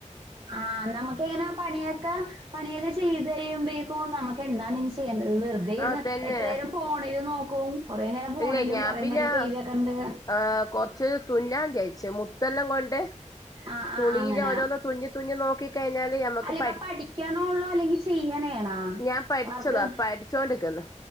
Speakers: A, on the right; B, on the left.
A: ആ നമ്മുക്കിങ്ങനെ ആ പണിയൊക്കെ പണിയൊക്കെ ചെയ്ത് കഴിയുമ്പേക്കും നമുക്ക് എന്താണ ഇഞ് ചെ യ്യേണ്ടത് വെറുതെ ഇരുന്ന്
B: ആഹ് തന്നെ
A: എത്രേരം ഫോണിൽ നോക്കും കൊറേ നേരം ഫോണിലും
B: ഇല്ലേ ഞാൻ
A: കൊറേ
B: പിന്നെ
A: നേരം ടി വി ഒക്കെ കണ്ട്
B: ഹ് കുറച്ച് തുന്നാൻ തേച്ച് മുത്തെല്ലാം കൊണ്ട്
A: ആഹ്
B: തുണിയില്
A: ആഹ് അങ്ങനെ
B: ഓരോന്ന് തുന്നി തുന്നി നോക്കി കഴിഞ്ഞാല് ഞമ്മക്ക്
A: അല്ല ഇപ്പൊ
B: പഠി
A: പഠിക്കണോള്ളൂ അല്ലെങ്കിൽ ചെയ്യണേണോ
B: ഞാൻ പഠിച്ചതാ
A: വർക്ക്
B: പഠിച്ചോണ്ടിക്കുന്നു